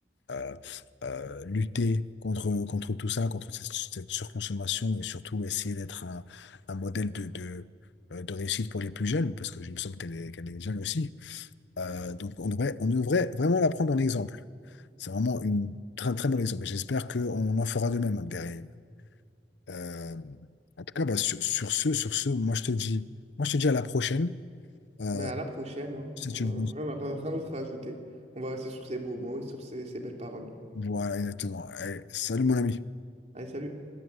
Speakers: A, on the left; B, on the right.
A: euh, euh, lutter contre, contre tout ça, contre cette, cette surconsommation et surtout essayer d'être un, un modèle de, de, euh, de réussite pour les plus jeunes, parce que je me semble qu'elle est, qu'elle est jeune aussi. Euh, donc on devrait, on devrait vraiment la prendre en exemple. C'est vraiment une, très, très bon exemple et j'espère qu'on en fera de même hein, derrière. Euh, en tout cas, bah, sur, sur ce, sur ce, moi je te dis, moi je te dis à la prochaine. Euh,
B: Mais à la prochaine, hein.
A: si
B: Euh,
A: tu veux,
B: rien, rien- rien d'autre à ajouter. On va rester sur ces beaux mots et sur ces ces belles paroles.
A: voilà, exactement. Allez, salut mon ami.
B: Allez, salut!